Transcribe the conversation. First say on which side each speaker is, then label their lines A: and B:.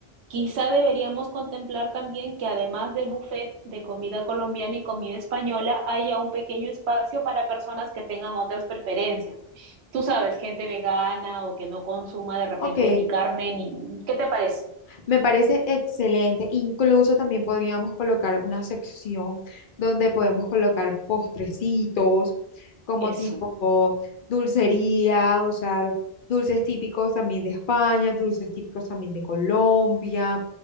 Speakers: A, on the right (about 85°); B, on the left (about 60°).
A: Quizá deberíamos contemplar también que además del buffet de comida colombiana y comida española, haya un pequeño espacio para personas que tengan otras preferencias. Tú sabes, gente vegana o que no consuma de repente
B: Ok,
A: ni carne, ni... ¿Qué te parece
B: Me parece excelente. Incluso también podríamos colocar una sección donde podemos colocar postrecitos, como
A: eso?
B: tipo dulcería, o sea, dulces típicos también de España, dulces típicos también de Colombia,